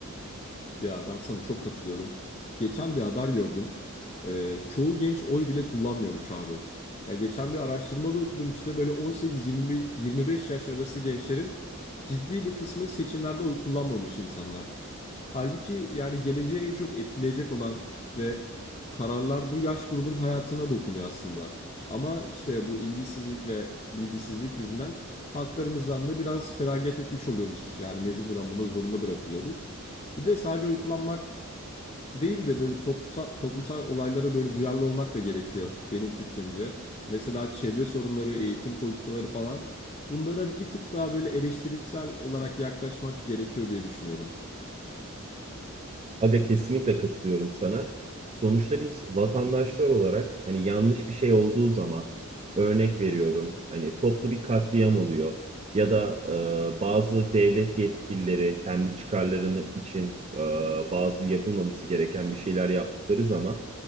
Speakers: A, on the left; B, on the right.
A: Ya ben sana çok katılıyorum. Geçen bir haber gördüm. Ee, çoğu genç oy bile kullanmıyormuş abi. Ya geçen bir araştırmada okudum işte böyle 18-25 yaş arası gençlerin ciddi bir kısmı seçimlerde oy kullanmamış insanlar. Halbuki yani geleceği en çok etkileyecek olan ve kararlar bu yaş grubun hayatına dokunuyor aslında. Ama işte bu ilgisizlik ve bilgisizlik yüzünden haklarımızdan da biraz feragat etmiş oluyoruz. Yani mecburen buna zorunda bırakılıyoruz. Bir de sadece uykulanmak değil de böyle toplumsal, toplumsal olaylara böyle duyarlı olmak da gerekiyor benim fikrimce. Mesela çevre sorunları, eğitim politikaları falan bunlara bir tık daha böyle eleştirisel olarak yaklaşmak gerekiyor diye düşünüyorum.
B: Aga kesinlikle katılıyorum sana. Sonuçta biz vatandaşlar olarak hani yanlış bir şey olduğu zaman örnek veriyorum hani toplu bir katliam oluyor ya da e, bazı devlet yetkilileri kendi çıkarlarını için e, bazı yapılmaması gereken bir şeyler yaptıkları zaman